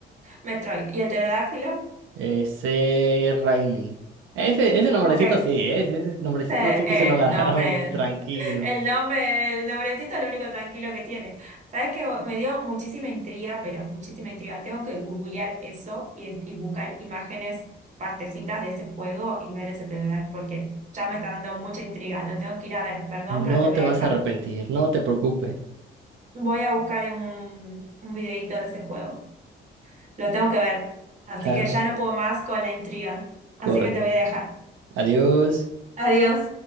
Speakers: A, on the right (about 35°); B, on the right (about 85°).
A: Metroid. ¿Y el pterodáctilo?
B: Ese Riley. Ese, ese nombrecito
A: Ok. Eh,
B: sí, ¿eh? ese, ese nombrecito
A: eh,
B: sí que se lo agarraron
A: nombre,
B: <laughs> tranquilo.
A: el nombre, el nombrecito es lo único tranquilo que tiene. Sabes que me dio muchísima intriga, pero muchísima intriga. Tengo que googlear eso y, es- y buscar imágenes, partecitas de ese juego y ver ese titular, porque ya me está dando mucha intriga. Lo tengo que ir a ver, perdón, pero
B: No
A: te voy
B: te
A: a dejar.
B: vas a arrepentir, no te preocupes.
A: Voy a buscar un, un videíto de ese juego. Lo tengo que ver. Así
B: Claro,
A: que ya no puedo más con la intriga. Así
B: corren.
A: que te voy a dejar.
B: Adiós.
A: Adiós.